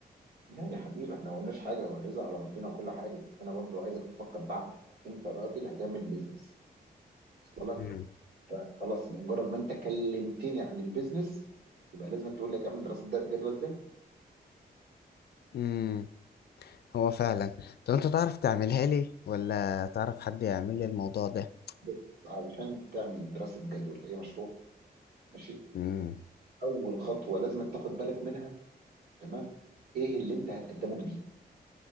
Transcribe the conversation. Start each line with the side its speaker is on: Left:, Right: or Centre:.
Right: لا يا حبيبي احنا ما قلناش حاجه هو الرزق على ربنا وكل حاجه بس انا برضو عايزك تفكر بعقلك انت راجل هتعمل بيزنس وصل لك
Left: مم.
Right: خلاص مجرد ما انت كلمتني عن البيزنس يبقى لازم تقول لي هتعمل دراسه د- جدوى ازاي
Left: امم هو فعلا طب انت تعرف تعملها لي ولا تعرف حد يعمل لي الموضوع ده
Right: بس علشان تعمل دراسه جدوى لاي مشروع ماشي
Left: مم.
Right: اول خطوه لازم أن تاخد بالك منها تمام ايه اللي انت هتقدمه جديد